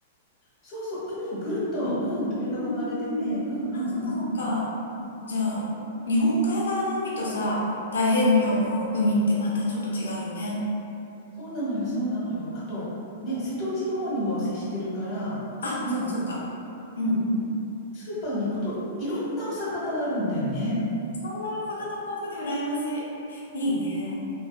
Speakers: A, on the left (about 40°); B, on the left (about 80°).
A: そうそう、海ぐるっと、
B: うん。
A: うん、取り囲まれてて、
B: うんうんうんあ、
A: うんうんうんうん。
B: そっかそっか。
A: うん
B: じゃあ、日本海側の海とさ、太平洋の海ってまたちょっと違うよね。
A: そうなのよ、そうなのよ。あと、ね、瀬戸内の方にも接してるから、
B: あ、
A: なんか、
B: そっかそっか。
A: う
B: うん
A: ん、スーパーに行くといろんなお魚があるんだよね。
B: そんな魚豊富で羨ましい。
A: うん
B: いいね。